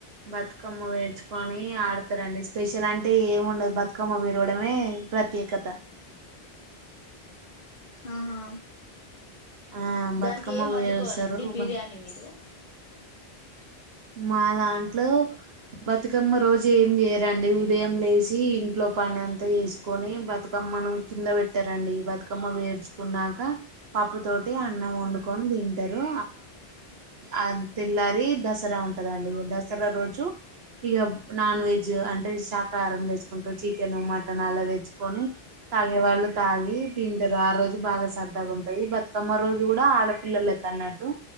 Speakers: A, on the right; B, on the left.
A: బతుకమ్మ వేడ్చుకొని ఆడతారండి స్పెషల్ అంటే ఏం ఉండదు బతుకమ్మ విరవడమే ప్రత్యేకత
B: ఆహా
A: ఆ బతుకమ్మ
B: దానికి ఏం వండుకోవాలండి
A: పేరుస్తారు
B: బిర్యానీ మీరు
A: మా దాంట్లో బతుకమ్మ రోజు ఏం చేయరండి ఉదయం లేచ ఇంట్లో పని అంతా వేసుకొని బతుకమ్మను కింద పెట్టారంండి బతుకమ్మ వేర్చుకున్నాక పాప్పు తోటి అన్నం వండుకొని తింటారు ఆ తెల్లారి దస దసరా ఉంటదండి దసరా రోజు ఇక నాన్ వెజ్ అంటే శాకాహారం తెచ్చుకుంటారు చికెన్ మటన్ అలా తెచ్చుకొని తాగే వాళ్ళు తాగి తింటారు ఆ రోజు బాగా సరదాగా ఉంటది బతుకమ్మ రోజు కూడా ఆడపిిల్లలకి అన్నట్టు